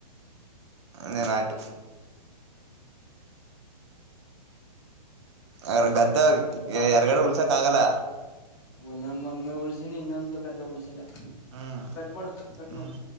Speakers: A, on the right; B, on the left.
A: ಅಂದೇನ ಆಯ್ತು ಅ್ರ ಗದ್ ತಾಗ್
B: ಕಟ್
A: ಯ ಎರ್ಗಡೆ ಉಳ್ಸಕ್ ಆಗಲ್ಲ
B: ಒ್ಣ ಮೊನ್ ಮೇ ಉಳ್ಸಿನಿ ಇನ್ನೊಂದು ಗದ್ದೆ ಉಳ್ಸಿಲ್ಲ
A: ಹ್ಮ್
B: ಕಟ್ಮಾಡು ಕಟ್ಮಾಡು
A: ಹ್ಮ್